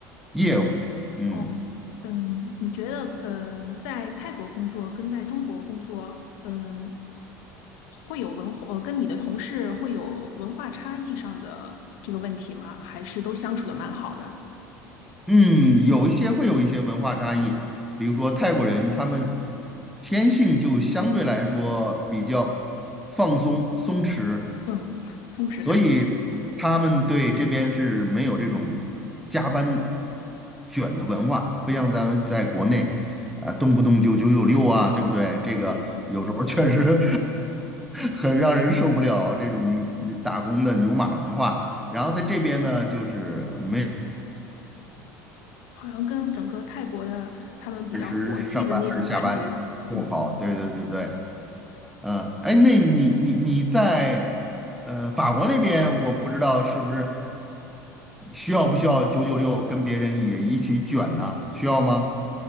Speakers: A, in the centre; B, on the left (about 70°).
A: 业务，嗯。
B: 哦，嗯，你觉得，呃，在泰国工作跟在中国工作，嗯，会有文化，呃，跟你的同事会有文化差异上的这个问题吗？还是都相处的蛮好的？
A: 嗯，有一些会有一些文化差异，比如说泰国人，他们天性就相对来说比较放松、松弛，
B: 嗯，松弛感，
A: 所以他们对这边是没有这种加班卷的文化，不像咱们在国内，呃，动不动就九九六啊，对不对？这个有时候确实
B: 对。
A: <laughs> 很让人受不了这种打工的牛马文化。然后在这边呢，就是。没。
B: 好像跟整个泰国的他们比较佛系的那种感觉，
A: 按时上班还是下班不好。
B: 嗯。
A: 对对对对，呃，哎，那你你你在呃法国那边，我不知道是不是需要不需要九九六跟别人也一起卷呢？需要吗？